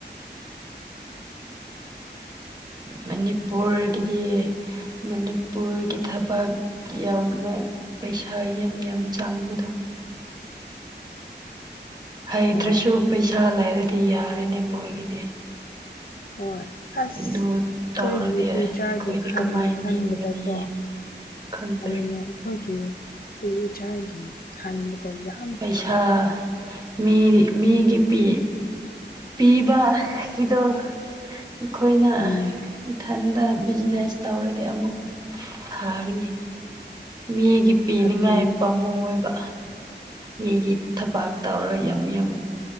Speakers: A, on the right; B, on the left.
A: ꯃꯅꯤꯄꯨꯔꯒꯤꯗꯤ ꯃꯅꯤꯄꯨꯔꯒꯤ ꯊꯕꯛ ꯌꯥꯎꯅꯤꯡꯉꯥꯏ ꯄꯩꯁꯥ ꯌꯥꯝ ꯌꯥꯝ ꯆꯥꯡꯕꯗꯣ ꯍꯩꯇ꯭ꯔꯁꯨ
B: ꯍꯣꯏ
A: ꯄꯩꯁꯥ ꯂꯩꯔꯗꯤ ꯌꯥꯔꯦꯅꯦ ꯃꯣꯏꯒꯤꯗꯤ
B: ꯍꯣꯏ ꯑꯁ
A: ꯑꯗꯨ
B: ꯑꯩꯈꯣꯏꯒꯤ
A: ꯇꯧꯔꯗꯤ
B: ꯐ꯭ꯌꯨꯆꯔꯒꯤ
A: ꯑꯩꯈꯣꯏꯗꯤ ꯀꯃꯥꯏꯅ
B: ꯈꯟꯕꯗꯀꯣ
A: ꯍꯤꯡꯒꯅꯤ ꯈꯪꯗ꯭ꯔꯦ
B: ꯑꯗꯨꯩꯅ ꯑꯩꯈꯣꯏꯒꯤ ꯏꯆꯥꯒꯤ ꯈꯟꯕꯗ ꯌꯥꯎ
A: ꯄꯩꯁꯥ ꯃꯤ ꯃꯤꯒꯤ ꯄꯤ ꯄꯤꯕꯒꯤꯗꯣ ꯑꯩꯈꯣꯏꯅ
B: ꯎꯝ
A: ꯏꯊꯟꯗ ꯕꯤꯖꯤꯅꯦꯁ ꯇꯧꯔꯗꯤ ꯑꯃꯨꯛ ꯐꯒꯅꯤ ꯃꯤꯒꯤ ꯄꯤꯅꯤꯡꯉꯥꯏ
B: ꯑꯗꯨꯅꯦ
A: ꯄ ꯑꯃꯨ ꯑꯣꯏꯕ ꯃꯤꯒꯤ ꯊꯕꯥꯛ ꯇꯧꯔꯒ ꯌꯥꯝ ꯌꯥꯝ